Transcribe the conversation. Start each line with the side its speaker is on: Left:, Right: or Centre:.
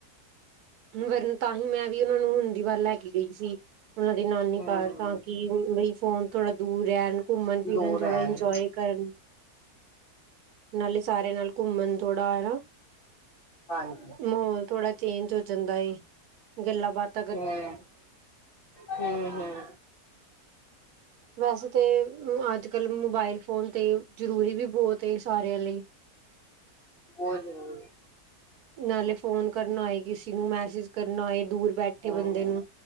Right: ਵਰਨ ਤਾਂ ਹੀ ਮੈਂ ਵੀ ਓਨਾਂ ਨੂੰ ਹੁੰਦੀਵਾਰ ਲੈ ਕੇ ਗਈ ਸੀ। ਉਹਨਾਂ ਦੀ ਨਾਨੀ
Left: ਹਮ
Right: ਘਰ। ਤਾਂ ਕਿ ਬਈ ਫੋਨ ਥੋੜਾ ਦੂਰ ਰੈਣ। ਘੁੰਮਣ ਫਿਰਨ
Left: ਦੂਰ
Right: ਥੋੜਾ
Left: ਰਹਿਣ
Right: ਇੰਜੋਏ ਕਰਨ। ਨਾਲੇ ਸਾਰੇਆਂ ਨਾਲ ਘੁੰਮਣ ਥੋੜਾ ਹੈਨਾ।
Left: ਹਾਂਜੀ
Right: ਮਹੋਲ ਥੋੜਾ ਚੇਂਜ ਹੋ ਜਾਂਦਾ ਏ। ਗੱਲਾਂ ਬਾਤ
Left: ਹਾ, ਹਾਂ ਹਾਂ।
Right: ਵੈਸੇ ਤੇ ਅੱਜ-ਕੱਲ ਮੋਬਾਇਲ ਫੋਨ ਤੇ ਜਰੂਰੀ ਵੀ ਬੋਤ ਏ ਸਾਰੇਆਂ ਲਈ।
Left: ਬੋਤ ਜਰੂਰੀ ਏ।
Right: ਨਾਲੇ ਫੋਨ ਕਰਨਾ ਹੋਏ ਕਿਸੀ ਨੂੰ, ਮੈਸੇਜ ਕਰਨਾ ਹੋਏ ਦੂਰ ਬੈਠੇ
Left: ਹੈ
Right: ਬੰਦੇ
Left: ਹਮ
Right: ਨੂੰ,